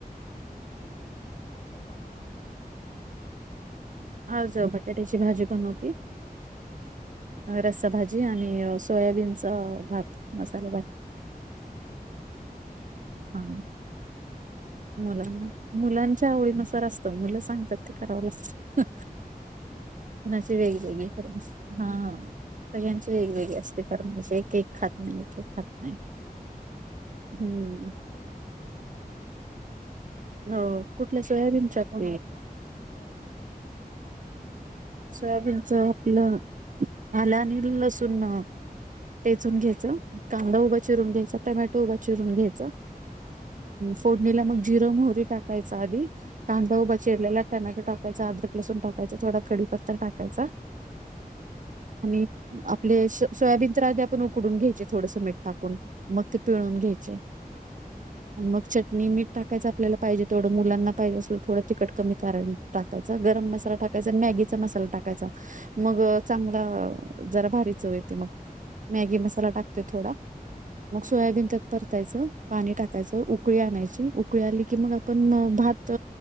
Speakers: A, on the left; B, on the right.
A: अजून काय नाही काय स्वयंपाक बनवताय आज
B: आज बटाट्याची भाजी बनवते
A: हू
B: रस्सा भाजी आणि सोयाबीनच भात मसाले भात
A: हू हू हू हू
B: हा मुलांना मुलांच्या आवडीनुसार असतं मुलं सांगतात ते करावं लागते
A: हम्म
B: कुणाचे
A: हा ते
B: वेगवेगळे
A: आहेत
B: फर्माईश हा सगळ्यांची वेगवेगळे असते. फरमायची एक एक खात नाही एक खात नाही
A: हा ह
B: हम्म
A: तुमच्या मसाले भाताची रेसिपी सांगा ना मला?
B: हो कुठल्या सोयाबीनच्या का?
A: हा सोयाबीनच्या.
B: सोयाबीनच आपलं आलं आनि लसुण, टेचून घ्यायच, कांदा
A: हा
B: उभा चिरून घ्यायचा, टोमॅटो उभा चिरून घ्यायचा,
A: हा
B: फोडणीला मग जिर मोहरी टाकायचा आधी कांदा
A: हा
B: उभा चिरलेला टोमॅटो टाकायचा, अदरक लसून टाकायचा, थोडा कडीपत्ता टाकायचा.
A: हा
B: आणि, आपले सोयाबीनच्या आधी आपण उकडून घ्यायचे थोडसं मीठ टाकून. मग ते
A: ह
B: पिळून घ्यायचे
A: ह ह
B: आणि मग चटणी, मीठ, टाकायचं आपल्याला पाहिजे तेवड, मुलाना पाहिजे असल थोडं तिकट कमी टाकायचा गरम मसाला टाकायचा. मॅगीचा मसाला टाकायचा, मग
A: ह
B: चांगला जरा भारीचव येते मग. मॅगी
A: हा हा
B: मसाला टाकते थोडा,
A: हा
B: मग सोयाबीन त्यात परतायचं पाणी टाकायचं
A: हा
B: उक उकळी आणायची, उकळी आली की मग आपण भात